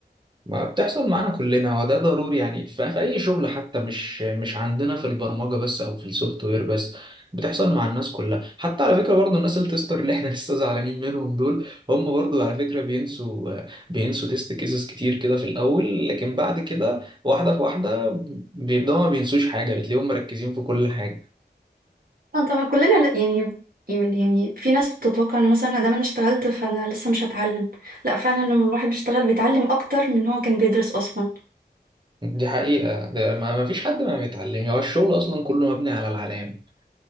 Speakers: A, on the right (about 25°); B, on the right (about 55°).
A: ما بتحصل معانا كلنا وده ضروري يعني في في اي شغل حتى مش مش عندنا في البرمجه بس او في السوفت وير بس بتحصل مع الناس كلها حتى على فكره برضو الناس التستر اللي احنا <laughs> لسه زعلانين منهم دول هم برضو على فكره بينسوا بينسوا تيست كيسز كتير كده في الاول لكن بعد كده واحده في واحده بيبداوا ما بينسوش حاجه بتلاقيهم مركزين في كل حاجه
B: اه طبعا كلنا ل- يعني يعني يعني في ناس بتتوقع ان مثلا دام انا اشتغلت فانا لسه مش هتعلم لا فعلا لما الواحد بيشتغل بيتعلم اكتر من هو كان بيدرس اصلا
A: دي حقيقه ده ما ما فيش حد ما بيتعلم هو الشغل اصلا كله مبني على العلام